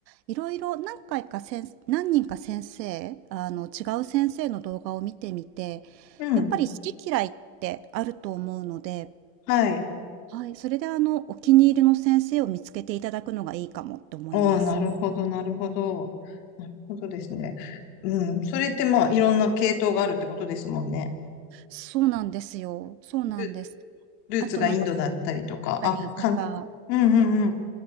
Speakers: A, on the right; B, on the left.
A: いろいろ何回か先何人か先生、あの違う先生の動画を見てみて、
B: うん。
A: やっぱり好き嫌いってあると思うので、
B: はい。
A: はい、それであのお気に入りの先生を見つけていただくのがいいかもって思います。
B: ああ、なるほど、なるほど。なるほどですね。うん。それってまあ、いろんな系統があるってことですもんね。
A: そうなんですよ。そうなんです。
B: ル、ルーツがインドだったりとか、
A: あとなんか、ったりとか、
B: あ、かん、うんうんうん。